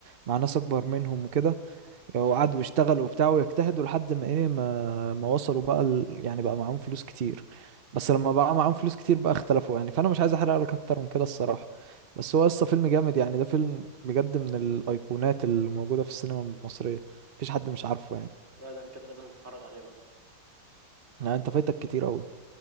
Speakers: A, on the right; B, on the right.
A: مع ناس اكبر منهم وكده وقعدوا
B: امم
A: يشتغلوا وبتاع ويجتهدوا لحد ما ايه ما ما وصلوا بقى ال... يعني بقى معاهم فلوس كتير بس لما بقى معاهم فلوس كتير بقى اختلفوا يعني فانا مش عايز احرق لك اكتر من كده الصراحه بس هو لسه فيلم جامد يعني ده فيلم بجد من الايقونات اللي موجوده في السينما المصريه مفيش حد مش عارفه يعني
B: لا ده انا كده لازم اتفرج عليه بقى
A: يعني انت فايتك كتير قوي